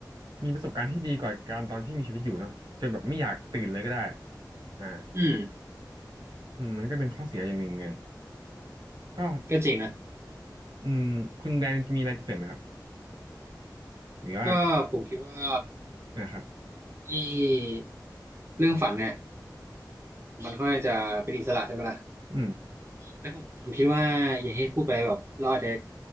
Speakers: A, on the right; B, on the right.
A: มีประสบการณ์ที่ดีกว่าการตอนที่มีชีวิตอยู่เนาะจนแบบไม่อยากตื่นเลยก็ได้อ่า
B: อืม
A: อืมมันก็เป็นข้อเสียอย่างหนึ่งเหมือนกันก็
B: ก็จริงนะ
A: อืมคุณแดนมีอะไรจะเสริมไหมครับหรือว่า
B: ก็ผมคิดว่า
A: นะครับ
B: ไอ้เรื่องฝันเนี่ยมันค่อนข้างจะเป็นอิสระใช่ไหมล่ะ
A: อืม
B: แล้วผมผมคิดว่าอย่างที่พูดไปแบบเราอาจจะ